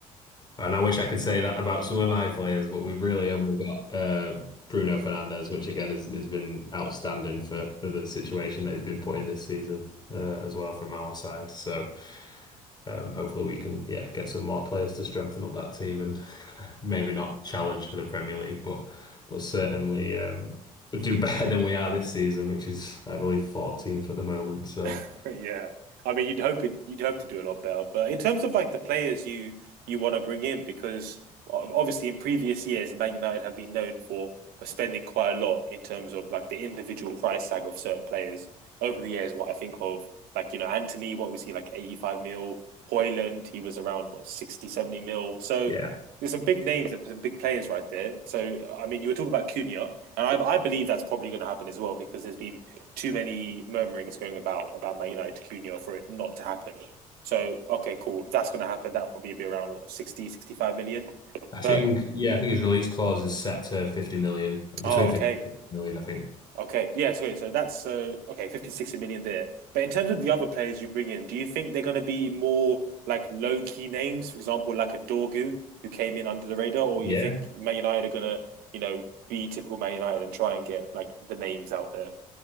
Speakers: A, on the left (about 25°); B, on the right (about 55°).
A: and I wish I could say that about some of my players, but we've really only got uh, Bruno Fernandes, which again has, has been outstanding for for the situation that he's been put in this season uh, as well from our side. So um, hopefully we can yeah get some more players to strengthen up that team and <laughs> maybe not challenge for the Premier League, but but certainly um, do better than we are this season, which is I believe 14th at the moment. So
B: <laughs> Yeah. I mean, you'd hope it, you'd hope to do a lot better, but in terms of like the players you you want to bring in, because o- obviously in previous years, Man United have been known for, for spending quite a lot in terms of like the individual price tag of certain players over the years. What I think of, like you know, Anthony, what was he like, eighty five mil? Hoyland, he was around what 60 70 mil. So
A: yeah,
B: there's some big names and some big players right there. So I mean, you were talking about Cunha, and I I believe that's probably going to happen as well because there's been too many murmurings going about about Man United Cunha for it not to happen. So okay, cool. If that's going to happen. That'll probably be around what 60, sixty-five million?
A: I think
B: But
A: yeah I think his release clause is set to 50 million between
B: oh, okay,
A: 50 and 60 million, I think.
B: okay, yeah. Sorry, so that's uh, okay, 50, sixty million there. But in terms of the other players you bring in, do you think they're going to be more like low key names, for example, like a Dorgu who came in under the radar, or
A: Yeah,
B: you think Man United are going to, you know, be typical Man United and try and get like the names out there?